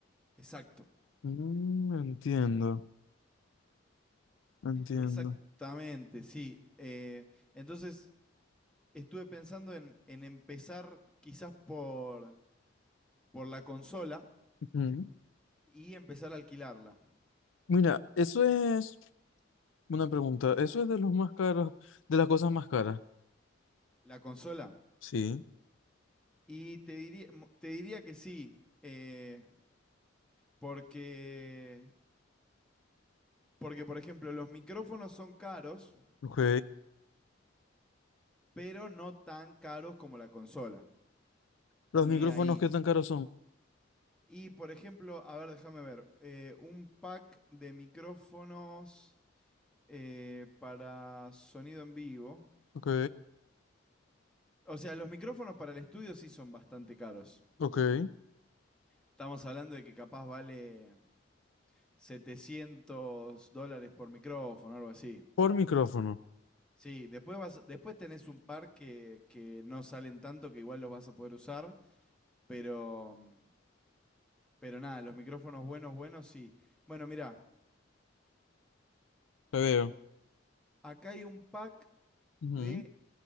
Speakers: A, in the centre; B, on the left.
A: Exacto.
B: Mm, entiendo, entiendo.
A: Exactamente, sí. Eh, entonces, estuve pensando en, en empezar quizás por, por la consola
B: Ujú.
A: y empezar a alquilarla.
B: Mira, eso es una pregunta. Eso es de los más caros, de las cosas más caras.
A: La consola.
B: Sí.
A: Y te diría, mo- te diría que sí, eh, porque Porque, por ejemplo, los micrófonos son caros,
B: Ok.
A: pero no tan caros como la consola,
B: Los
A: ni
B: micrófonos,
A: de ahí.
B: ¿qué tan caros son?
A: Y, por ejemplo, a ver, déjame ver, eh, un pack de micrófonos eh, para sonido en vivo.
B: Ok,
A: O sea, los micrófonos para el estudio sí son bastante caros.
B: ok.
A: Estamos hablando de que capaz vale 700 dólares por micrófono, algo así.
B: Por micrófono.
A: Sí, después vas, después tenés un par que, que no salen tanto, que igual los vas a poder usar, pero mm, Pero nada, los micrófonos buenos, buenos, sí. Bueno, mirá,
B: Te veo.
A: acá hay un pack
B: Ujú,
A: de